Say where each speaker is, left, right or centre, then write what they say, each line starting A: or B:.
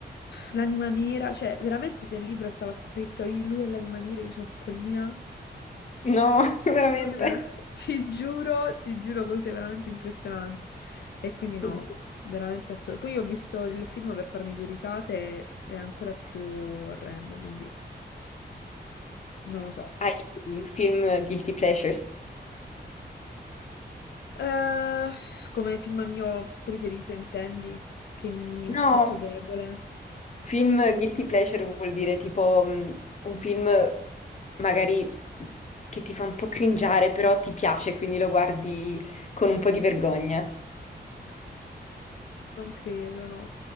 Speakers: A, on the left; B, on the left.
A: l'anima nera. Cioè, veramente se il libro stava scritto io- lui è l'anima nera, io sono piccolina.
B: No, <laughs> veramente.
A: Cose vera- <laughs> Ti giuro, ti giuro, cose veramente impressionanti. E quindi no,
B: Quindi,
A: veramente assurdo. Poi ho visto il film per farmi due risate, è ancora più orrendo, quindi non lo so.
B: Hai film guilty pleasures?
A: Eh, come film mio preferito, intendi? Che mi
B: No,
A: un punto debole?
B: film guilty pleasure vuol dire tipo mh, un film magari che ti fa un po' cringiare, però ti piace, quindi lo guardi con un po' di vergogna.
A: Non credo, no.